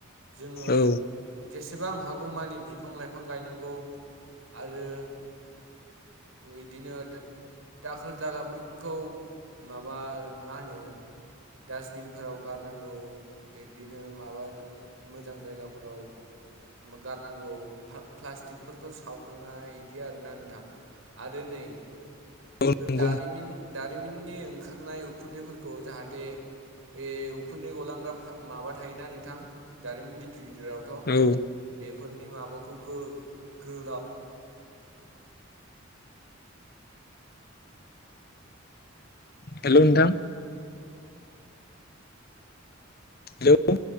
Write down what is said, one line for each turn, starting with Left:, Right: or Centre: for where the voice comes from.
Right: जोङो
Left: औ
Right: जेसे एसेबां हागौमानि बिफां लाइफां गायनांगौ आरो बिदिनो दाखोर दालाफोरखौ माबा मा होनो डास्टबिनफोराव गारनांगौ बिदिनो माबा मोजां जायगाफोराव गारनांगौ प्लास्टिकफोरखौ सावनाङा बिदि आरोना नोंथां। आरो नै
Left: औ नंगौ
Right: दारिन दारिमिननि ओंखारनाय उखुन्दैफोरखौ जाहाथे जाथे बे उखुन्दै गलांग्रा माबा थायोना नोंथां दारिमिन गिदिर गिदिर गिदिरावथ'
Left: औ
Right: बेफोरनि माबाखौ गोलाव <unintelligible> <inaudible>
Left: हेल' नोंथां। हेल'